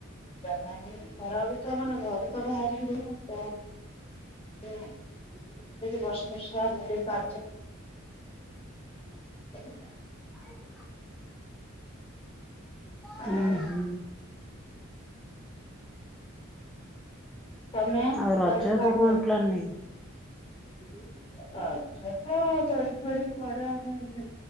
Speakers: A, on the left; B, in the centre.
A: ତ ମାନେ ଘରୁ ତ ବାହାରି ହେଉନି ଆଉ।
B: <inaudible>
A: ବର୍ଷ ବଷା ପା <unintelligible>
B: <inaudible> ହୁଁ
A: ଆଉ
B: ହୁଁ।
A: ତମେ
B: ଆଉ ରଜ
A: କୁଆଡେ ପ୍ଲାନ୍
B: କୁ କଣ
A: କରିଛ?
B: ପ୍ଲାନିଙ୍ଗି? <inaudible>
A: ଆ୍ଛା ତ ଦୋଳି ଫଳି ପଡ ଆମେଛ